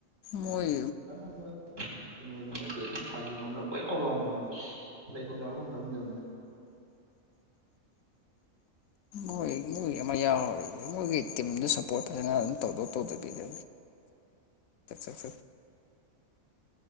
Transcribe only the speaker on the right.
ꯈꯟꯅꯅꯕ ꯀꯩꯅꯣꯗ ꯅꯠꯇꯦ ꯑꯗꯨꯝ ꯊꯥꯒꯤ ꯇꯧꯅ ꯀꯣꯏ ꯂꯥꯎ ꯂꯥꯎꯅꯕ ꯂꯩꯕꯥꯕ ꯈꯪꯗꯕꯅꯤ